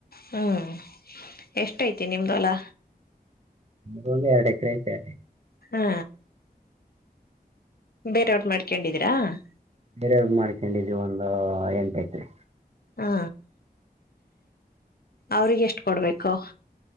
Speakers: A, on the left; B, on the right.
A: ಹ್ಮ್, ಎಷ್ಟ ಐತಿ ನಿಮ್ದುಹೊಲಾ
B: ಭೂಮಿ ಎರಡು ಎಕರೆ ಐತೆ.
A: ಹಾ, ಬೇರವ್ರರು ಮಾಡ್ಕೊಂಡಿದೀರಾ, -
B: ಬೇರಯವರ್ದು ಮಾಡ್ಕೊಂಡಿದ್ವಿ ಒಂದು ಎಂಟ ಎಕರೆ.
A: ಹಾ, ಅವ್ರಿಗೆ ಎಷ್ಟು ಕೊಡ್ಬೇಕು.